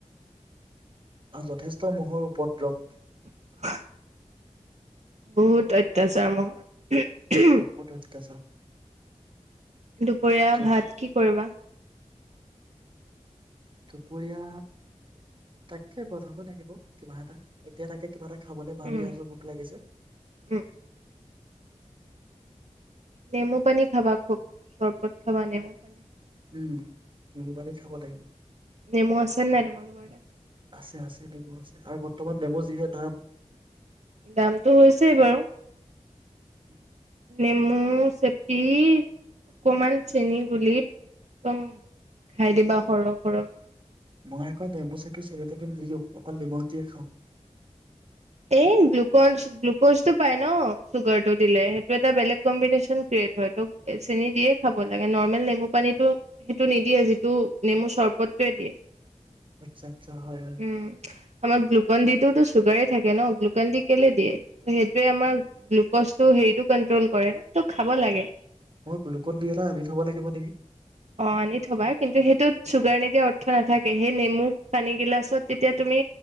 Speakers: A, on the right (about 40°); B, on the right (about 60°).
A: যথেষ্ট মহৰ উপদ্ৰৱ।
B: <inaudible> বহুত অত্যাচাৰ মহৰ।
A: বহুত অত্যাচাৰ
B: দুপৰীয়াৰ
A: জ-
B: ভাত কি কৰিবা?
A: দুপৰীয়া তাকে বনাব লাগিব কিবা এটা এতিয়া কিবা এটা খাবলৈ ভাবি
B: উম
A: আছো ভোক লাগিছে।
B: উম নেমু পানী খাবা খুব চৰবত খাবা নেমু। পানী
A: উম নেমু পানী খাব লাগিব
B: নেমু আছে নাই তোমালোকৰ তাত
A: আছে, আছে নেমু আছে আৰু বৰ্তমান নেমু যিহে তাৰ দাম।
B: দামটো হৈছেই বাৰু
A: উম
B: নেমু চেপি অকণমান চেনী গুলী <unintelligible> খাই দিবা সৰক, সৰহ
A: মই আকৌ নেমু চেপি চেনী তেল নিদিও, অকল নিমখ দিয়ে খাওঁ।
B: এই গ্লুকজ গ্লুকজটো পাই ন চুগাৰটো দিলে। সেইটো এটা বেলেগ কম্বিনেশ্যন ক্ৰিয়েট হয়, ত চেনি দিয়ে খাব লাগে নৰ্মেল নেমু পানীটো সেইটো নিদিয়ে যিটো নেমু চৰ্বতটোৱে দিয়ে।
A: আচ্ছা, আচ্ছা হয়, হয়।
B: উম আমাৰ গ্লুকনডিটো চুগাৰে থাকে ন গ্লুকন দি কেলে দিয়ে ত সেইটোৱে আমাৰ গ্লুকজটো হেৰিতটো কনট্ৰল কৰে ন ত খাব লাগে।
A: মই গ্লুকন দি এটা আনি থব লাগিব নেকি
B: অ আনি থবা কিন্তু সেইটোত চুগাৰ নি <unintelligible> অৰ্থ নাথাকে সেই নেমু পানী গিলাচত তেতিয়া তুমি